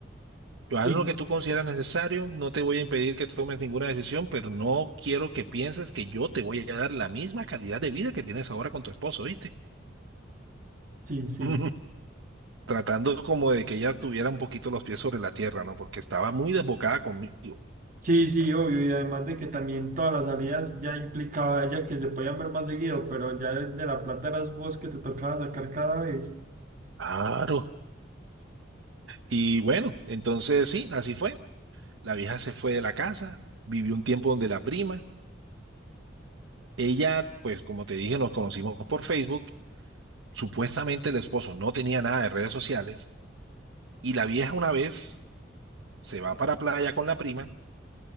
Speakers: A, on the right (about 85°); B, on the right (about 45°).
A: yo haz
B: Y
A: lo que tú consideras necesario, no te voy a impedir que tomes ninguna decisión, pero no quiero que pienses que yo te voy a dar la misma calidad de vida que tienes ahora con tu esposo, ¿viste?
B: sí, sí.
A: <laughs> Tratando como de que ella tuviera un poquito los pies sobre la tierra, ¿no? Porque estaba muy desbocada conmigo.
B: Sí, sí, obvio, y además de que también todas las salidas ya implicaba ella que se podían ver más seguido, pero ya el de la plata eras vos que te tocaba sacar cada vez.
A: Claro. Y bueno, entonces sí, así fue. La vieja se fue de la casa, vivió un tiempo donde la prima. Ella, pues como te dije, nos conocimos por Facebook. Supuestamente el esposo no tenía nada de redes sociales. Y la vieja una vez se va para playa con la prima